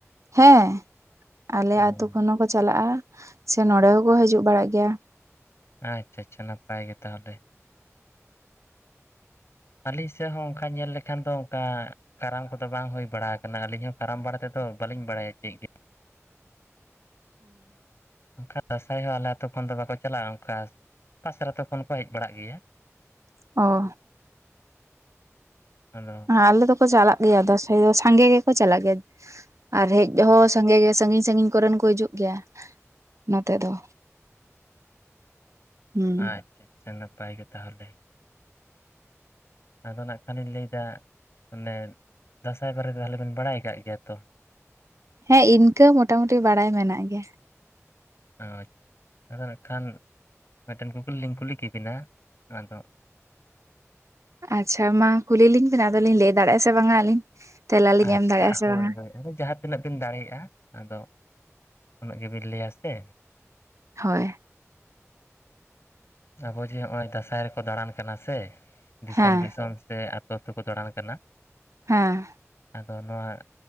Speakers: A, on the right; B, on the left.
A: ᱦᱮᱸ ᱟᱞᱮ
B: ᱦᱩᱸ
A: ᱟᱛᱩ ᱠᱷᱚᱱ ᱦᱚᱸᱠᱚ ᱪᱟᱞᱟᱜᱼᱟ ᱥᱮ ᱱᱚᱰᱮ ᱦᱚᱸᱠᱚ ᱦᱤᱡᱩᱜ ᱵᱟᱲᱟᱜ ᱜᱮᱭᱟ᱾
B: ᱟᱪᱷᱟ-ᱟᱪᱷᱟ ᱱᱟᱯᱟᱭ ᱜᱮ ᱛᱟᱦᱚᱞᱮ ᱟᱹᱞᱤᱧ ᱥᱮᱫ ᱦᱚᱸ ᱚᱱᱠᱟ ᱧᱮᱞ ᱞᱮᱠᱷᱟᱱ ᱫᱚ ᱚᱱᱠᱟ ᱠᱟᱨᱟᱢ ᱠᱚᱫᱚ ᱵᱟᱝ ᱦᱩᱭ ᱵᱟᱲᱟ ᱟᱠᱟᱱᱟ ᱟᱹᱞᱤᱧ ᱦᱚᱸ ᱠᱟᱨᱟᱢ ᱵᱟᱨᱮ ᱛᱮᱫᱚ ᱵᱟᱹᱞᱤᱧ ᱵᱟᱲᱟᱭᱟ ᱪᱮᱫ ᱜᱮ
A: ᱪᱮᱫ ᱦᱚᱸ ᱵᱟᱝ ᱟᱸᱡᱚᱢᱚᱜ ᱠᱟᱱᱟ
B: ᱦᱮᱸ ᱫᱟᱥᱟᱭ ᱦᱚᱸ ᱟᱞᱮ ᱟᱹᱛᱩ ᱠᱷᱚᱱ ᱫᱚ ᱵᱟᱠᱚ ᱪᱟᱞᱟᱜᱼᱟ ᱚᱱᱠᱟ ᱯᱟᱥᱮᱨ ᱟᱛᱩ ᱠᱷᱚᱱ ᱠᱚ ᱦᱮᱡ ᱵᱟᱲᱟᱜ ᱜᱮᱭᱟ᱿
A: ᱚ
B: <unintelligible>
A: ᱟᱞᱮ ᱫᱚᱠᱚ ᱪᱟᱞᱟᱜ ᱜᱮᱭᱟ ᱫᱟᱸᱥᱟᱭ ᱫᱚ ᱥᱟᱸᱜᱮ ᱜᱮᱠᱚ ᱪᱟᱞᱟᱜ ᱜᱮᱭᱟ᱿ ᱟᱨ ᱦᱮᱡ
B: ᱟᱪᱪᱷᱟ
A: ᱦᱚᱸ ᱥᱚᱸᱜᱮ
B: ᱟᱪᱪᱷᱟ ᱟᱪᱪᱷᱟ
A: ᱥᱟᱺᱜᱤᱧ-, ᱥᱟᱺᱜᱤᱧ ᱠᱚᱨᱮᱱ ᱠᱚ ᱦᱤᱡᱩᱜ ᱜᱮᱭᱟ ᱱᱚᱛᱮ ᱫᱚ᱾ ᱦᱩᱸ
B: ᱟᱪᱷᱟ-ᱟᱪᱷᱟ ᱱᱟᱯᱟᱭ ᱜᱮ ᱛᱟᱦᱚᱞᱮ᱾ ᱟᱫᱚ ᱱᱟᱜ ᱠᱷᱟᱹᱱᱤᱧ ᱞᱟᱹᱭᱮᱫᱟ ᱚᱱᱮ ᱫᱟᱸᱥᱟᱭ ᱵᱟᱨᱮᱛᱮ ᱛᱟᱦᱚᱞᱮ ᱵᱮᱱ ᱵᱟᱲᱟᱭ ᱟᱠᱟᱜ ᱜᱮᱭᱟ ᱛᱚ
A: ᱦᱮᱸ ᱤᱱᱠᱟᱹ ᱢᱚᱴᱟ-ᱢᱩᱴᱤ ᱵᱟᱲᱟᱭ ᱢᱮᱱᱟᱜ ᱜᱮᱭᱟ᱾
B: ᱟᱪᱷᱟ ᱟᱫᱚ ᱱᱟᱜ ᱠᱷᱟᱱ ᱢᱤᱫᱴᱮᱱ ᱠᱩᱠᱞᱤ ᱞᱤᱧ ᱠᱩᱞᱤ ᱠᱮᱵᱤᱱᱟ ᱟᱫᱚ
A: ᱟᱪᱪᱷᱟ ᱢᱟ ᱠᱩᱞᱤ ᱞᱤᱧ ᱵᱮᱱ ᱟᱫᱚᱞᱤᱧ ᱞᱟᱹᱭ ᱫᱟᱲᱮᱭᱟᱜᱼᱟ ᱥᱮ ᱵᱟᱝᱟ ᱟᱹᱞᱤᱧ ᱛᱮᱞᱟ
B: ᱟᱪᱪᱷᱟ
A: ᱞᱤᱧ ᱮᱢ ᱫᱟᱲᱮᱭᱟᱜᱼᱟ ᱥᱮ
B: ᱦᱳᱭ
A: ᱵᱟᱝᱟ
B: ᱦᱳᱭ ᱟᱫᱚ ᱡᱟᱦᱟᱸ ᱛᱤᱱᱟᱹᱜ ᱵᱤᱱ ᱫᱟᱲᱮᱭᱟᱜᱼᱟ ᱟᱫᱚ ᱩᱱᱟᱹᱜ ᱜᱮᱵᱤᱱ ᱞᱟᱹᱭᱟ ᱥᱮ᱾
A: ᱦᱳᱭ
B: ᱟᱵᱚ ᱡᱮ ᱱᱚᱜᱼᱚᱭ ᱫᱟᱸᱥᱟᱭ ᱨᱮᱠᱚ ᱫᱟᱬᱟᱱ ᱠᱟᱱᱟ ᱥᱮ ᱫᱤᱥᱚᱢ
A: ᱦᱮᱸ
B: ᱫᱤᱥᱚᱢ᱾ ᱥᱮ ᱟᱛᱳ ᱟᱛᱳ ᱠᱚ ᱫᱟᱬᱟᱱ ᱠᱟᱱᱟ᱾
A: ᱦᱮᱸ
B: ᱟᱫᱚ ᱱᱚᱣᱟ